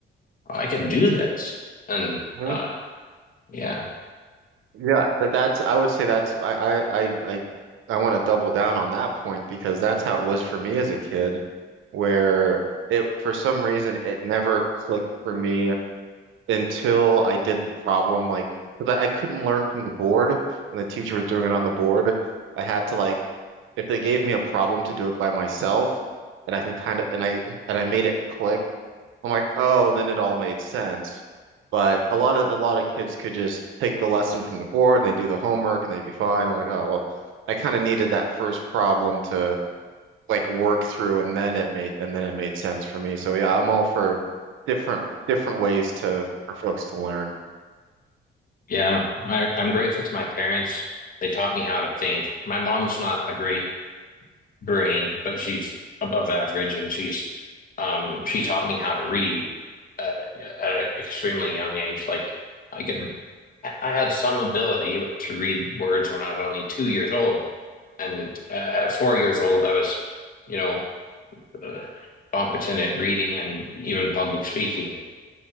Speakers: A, on the left; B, on the right.
A: I can do this. And
B: Mhm.
A: uh, yeah,
B: Yeah, but that's, I would say that's, I, I, I, I, I want to double down on that point because that's how it was for me as a kid, where it, for some reason, it never clicked for me until I did the problem, like, because I, I couldn't learn from the board when the teacher was doing it on the board. I had to like, if they gave me a problem to do it by myself, and I can kind of, and I and I made it click. I'm like, oh, and then it all made sense. But a lot of a lot of kids could just take the lesson from the board and they do the homework and they'd be fine. I'm like, oh well, I kind of needed that first problem to like work through and then it made and then it made sense for me. So yeah, I'm all for different different ways to for folks to learn.
A: yeah, I, I'm grateful to my parents. They taught me how to think. My mom's not a great brain, but she's above average, and she's um she taught me how to read at, at an extremely young age. Like I could, I I had some ability to read words when I was only two years old, and uh, at four years old, I was, you know, uh, competent at reading and even public speaking.